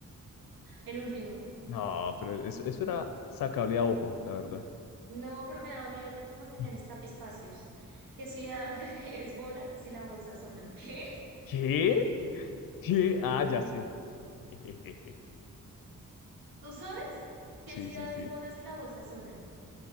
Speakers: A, on the right; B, on the left.
A: el último.
B: No, pero eso, eso era sacable a ojo, la verdad.
A: No, pero me daba miedo porque como tenían
B: Yeah.
A: esta- espacios. ¿Qué ciudad <laughs> es Bona si la bolsa zona? ¿Qué?
B: ¿Qué? ¿Qué? Ah, ya sé. <laughs>
A: ¿Tú sabes? ¿Qué
B: Sí,
A: ciudad
B: sí, sí.
A: es Bona si la bolsa zona?